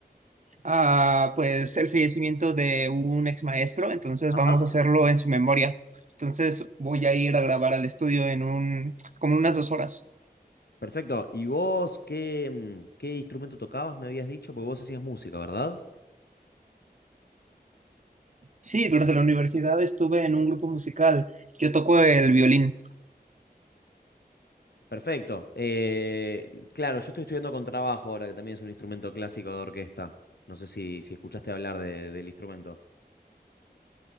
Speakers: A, on the right; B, on the left.
A: a, pues el fallecimiento de un ex maestro, entonces
B: Ajá.
A: vamos a hacerlo en su memoria. Entonces voy a ir a grabar al estudio en un, como unas dos horas.
B: Perfecto. ¿Y vos qué, mm, qué instrumento tocabas? Me habías dicho, porque vos hacías música, ¿verdad?
A: Sí, durante la universidad estuve en un grupo musical. Yo toco el violín.
B: Perfecto. Eh, claro, yo estoy estudiando contrabajo ahora, que también es un instrumento clásico de orquesta. No sé si, si escuchaste hablar de- del instrumento.